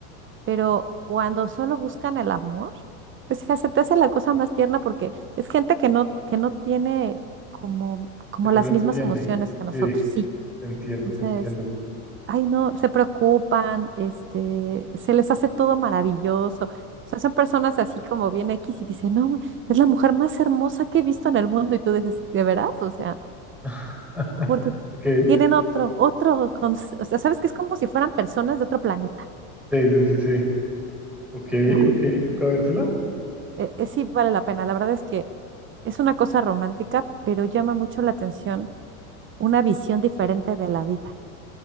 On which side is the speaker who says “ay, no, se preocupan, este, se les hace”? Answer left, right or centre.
Right